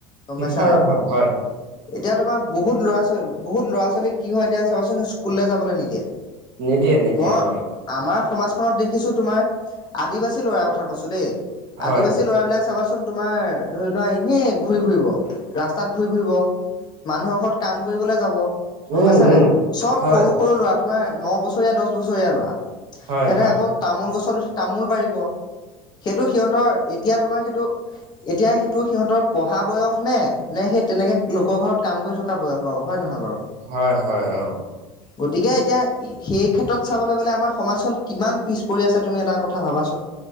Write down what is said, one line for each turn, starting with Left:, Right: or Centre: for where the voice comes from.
Left: গম
Right: শিক্ষাৰ
Left: পাইছা নাই?
Right: অভাৱ হয়
Left: এতিয়া তোমাৰ বহুত ল'ৰা ছোৱা, বহুত ল'ৰা ছোৱালীক কি হয়, এতিয়া চাবাচোন স্কুললৈ যাবলৈ নিদিয়ে।
Right: নিদিয়ে নিদিয়ে,
Left: মই
Right: অ'।
Left: আমাৰ সমাজখনত দেখিছো তোমাৰ, আদিবাসী ল'ৰাৰ কথা কৈছো দেই।
Right: হয়
Left: আদিবাসী ল'ৰাবিলাক চাবাচোন তোমাৰ, ধৰি লোৱা এনেই ঘূৰি ফুৰিব। ৰাস্তাত ঘূৰি ফুৰিব, মানুহৰ ঘৰত কাম কৰিবলে যাব, গম
Right: উম
Left: পাইছানে
Right: উম
Left: নাই, চব
Right: হয়
Left: সৰু সৰু ল'ৰা তোমাৰ ন বছৰীয়া দহ বছৰীয়া ল'ৰা,
Right: হয়
Left: সিহঁতে
Right: হয়
Left: আকৌ তামোল গছত উঠি তামোল পাৰিব। সেইটো সিহঁতৰ এতিয়া তোমাৰ সেইটো এতিয়া সেইটো সিহঁতৰ পঢ়া বয়স নে, নে সেই তেনেকৈ লোকৰ ঘৰত কাম কৰি থকা বয়স, বাৰু হয় নে নহয় বাৰু?
Right: হয় হয়, অ'।
Left: গতিকে এতিয়া সেই ক্ষেত্ৰত চাবলৈ গ'লে, আমাৰ সমাজখন কিমান পিছ পৰি আছে, তুমি এটা কথা ভাবাচোন।